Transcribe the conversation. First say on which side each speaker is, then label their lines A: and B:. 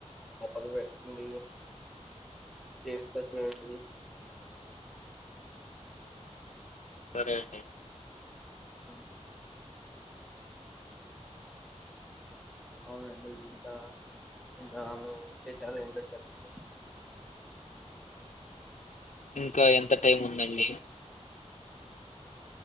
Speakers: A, in the centre; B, on the left.
A: ప్రాపర్ పెట్ండి సేఫ్గా చూడండి
B: సరే అండి
A: అ అవునండి ఇకా ఇకామె విశేషాలూ ఏంటో చెప్తే
B: ఇంకా ఎంత టైం ఉందండి